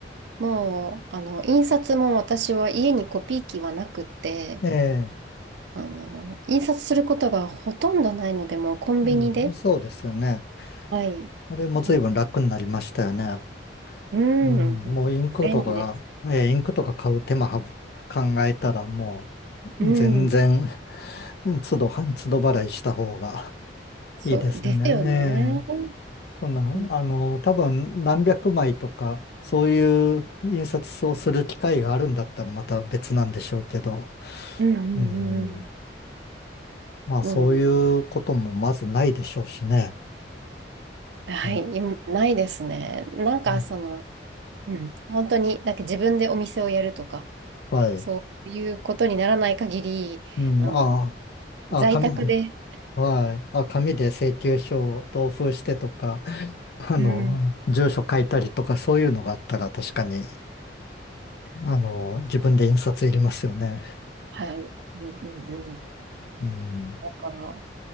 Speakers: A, on the right; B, on the left.
A: もう、あの、印刷も私は家にコピー機はなくて、
B: ええ
A: あの、印刷することがほとんどないので、もうコンビニで、
B: うん。そうですよね。
A: はい。
B: あれも随分楽になりましたよね。
A: あの、うん、
B: うん。もうインクとか、
A: 便利です。
B: ええインクとか買う手間はぶ考えたらも
A: うん、
B: う全然、<laughs> 都度、都度払いした方が
A: そう、
B: いいですよね。
A: ですよね。う
B: そんな、
A: ん、
B: あの、多分何百枚とか、そういう印刷をする機会があるんだったらまた別なんでしょうけど、
A: うん、うん、
B: うん、まあそういうこともまずないでしょうしね。
A: うんうんはい、
B: うん、
A: 今ないですね。なんか、
B: うん
A: その、うん、本当に、なんか自分でお店をやるとか、
B: はい。
A: そういうことにならない限り、
B: うん、
A: あの、
B: ああ、
A: 在宅で、
B: 紙、はい。あ、紙で請求書を同封してとか、<laughs> あの、
A: うん
B: 住所書いたりとかそういうのがあったら確かに、あの、自分で印刷いりますよね。
A: はい。うんうんうん。
B: うん、
A: だから、